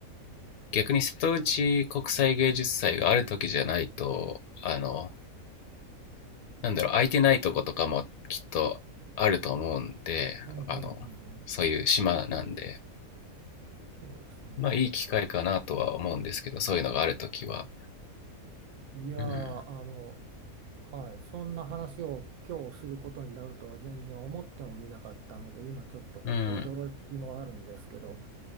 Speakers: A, on the left (about 75°); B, on the right (about 80°).
A: 逆に瀬戸内国際芸術祭がある時じゃないと、あの、なんだろう、空いてないとことかもきっとあると思うんで、
B: うんうんうんう
A: あの、
B: ん
A: そういう島なんで、
B: そうですね。
A: まあいい機会かなとは思うんですけど、そういうのがあるときは。
B: いやーあの
A: うん。
B: はいそんな話を今日することになるとは全然思ってもみなかったので今ちょっと本当驚きもあるんですけど。
A: うん。